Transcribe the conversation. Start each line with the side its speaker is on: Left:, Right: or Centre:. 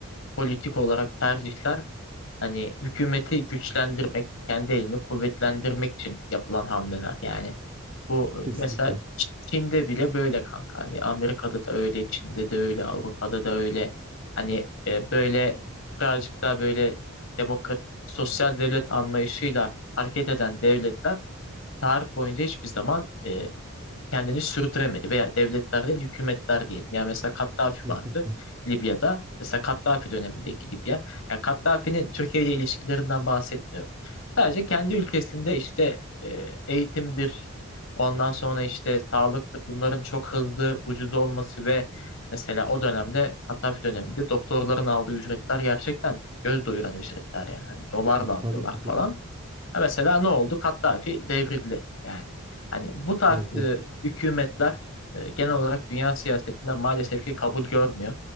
Left: politik olarak tercihler hani hükümeti güçlendirmek, kendi elini kuvvetlendirmek için yapılan hamleler. Yani bu
Right: Kesinlikle.
Left: e, mesela Ç- Çin'de bile böyle kanka. Hani Amerika'da da öyle, Çin'de de öyle, Avrupa'da da öyle. Hani e, böyle birazcık daha böyle demokratik sosyal devlet anlayışıyla hareket eden devletler tarih boyunca hiçbir zaman e, kendini sürdüremedi veya devletler değil hükümetler diyelim. Yani mesela Kaddafi
Right: Kesinlikle.
Left: vardı Libya'da. Mesela Kaddafi dönemindeki Libya. Yani Kaddafi'nin Türkiye ile ilişkilerinden bahsetmiyorum. Sadece kendi ülkesinde işte e, eğitimdir, ondan sonra işte sağlıktır. Bunların çok hızlı, ucuz olması ve mesela o dönemde Kaddafi döneminde doktorların aldığı ücretler gerçekten göz doyuran ücretler yani. Hani dolarla alıyorlar
Right: Tabii ki canım.
Left: falan. Ha Mesela ne oldu? Kaddafi devrildi. Yani hani bu tarz
Right: Evet
Left: e,
Right: evet.
Left: hükümetler e, genel olarak dünya siyasetinden maalesef ki kabul görmüyor.